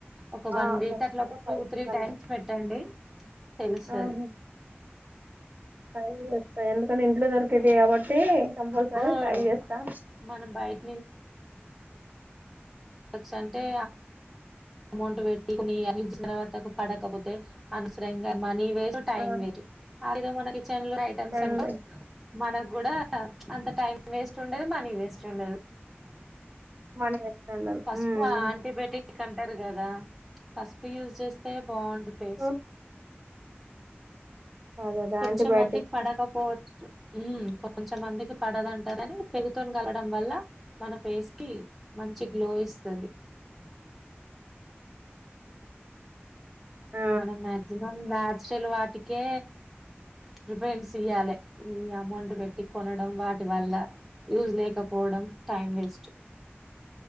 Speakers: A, in the centre; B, on the right.
A: ఒక
B: ఆ
A: వన్ వీక్
B: ఖచ్చితంగా
A: అట్లా ఒక
B: ట్రై
A: టూ
B: చేస్తాను
A: త్రీ టైమ్స్ పెట్టండి తెలుసది
B: ఆహా ట్రై చేస్తా ఎందుకంటే ఇంట్లో దొరికేటివి కాబట్టి కంపల్సరీ
A: హ్మ్.
B: ట్రై చేస్తా
A: మనం బయట ఎక్స్ అంటే అమౌంట్ పెట్టి కొన్ని వచ్చిన తర్వాతకు పడకపోతే అనవసరంగ నీ వేస్ట్ టైం
B: ఆ
A: వేస్ట్ అదే మన కిచెన్ లో ఐటమ్స్
B: టైం
A: అనుకో
B: వేస్ట్
A: మనకు కూడా అంత టైం వేస్ట్ ఉండదు మనీ వేస్ట్ ఉండదు
B: మనీ వేస్ట్ ఉండదు
A: పసుపు
B: ఉమ్.
A: ఆ యాంటీబైటిక్ అంటార్ కదా పసుపు యూజ్ చేస్తే బాగుంది ఫేసు
B: సో అదదే
A: కొంచెంమందికి
B: యాంటీబయాటిక్
A: పడకపోవచ్చు మ్ కొంచమందికి పడదంటారని కెమికల్ కలవడం వల్ల మన ఫేస్ కి మంచి మంచి గ్లో ఇస్తది
B: ఆ
A: మనం మాక్సిమం నాచరల్ వాటికే ప్రిఫరెన్స్ ఇయాలే ఈ అమౌంట్ టి కొనడం వాటి వల్ల యూజ్ లేకపోవడం టైం వేస్ట్